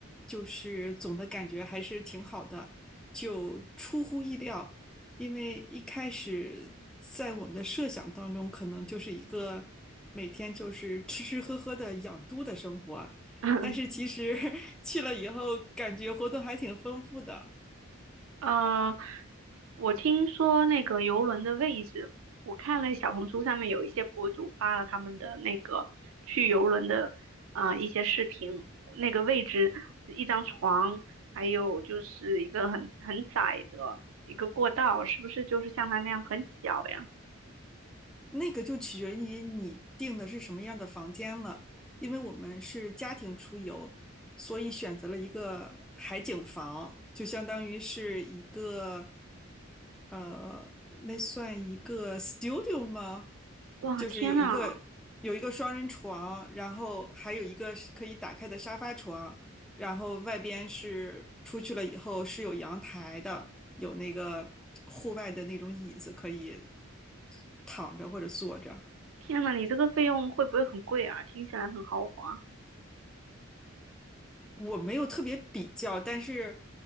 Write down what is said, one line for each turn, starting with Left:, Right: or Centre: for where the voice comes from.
Centre: 就是总的感觉还是挺好的，就出乎意料，因为一开始在我们的设想当中，可能就是一个每天就是吃吃喝喝的养猪的生活，
Right: 嗯，
Centre: 但是其实 <laughs> 去了以后，感觉活动还挺丰富的，
Right: <laughs> 呃，我听说那个游轮的位置，我看了小红书上面有一些博主发了他们的那个去游轮的啊一些视频，那个位置一张床，还有就是一个很很窄的一个过道，是不是就是像它那样很小呀？
Centre: 那个就取决于你订的是什么样的房间了，因为我们是家庭出游，所以选择了一个海景房，就相当于是一个，呃，那算一个 studio 吗？
Right: 哇，
Centre: 就是有一个有一个双人床，
Right: 天呐，
Centre: 然后还有一个是可以打开的沙发床，然后外边是出去了以后是有阳台的，有那个户外的那种椅子可以躺着或者坐着。
Right: 天呐，你这个费用会不会很贵啊？听起来很豪华。
Centre: 我没有特别比较，但是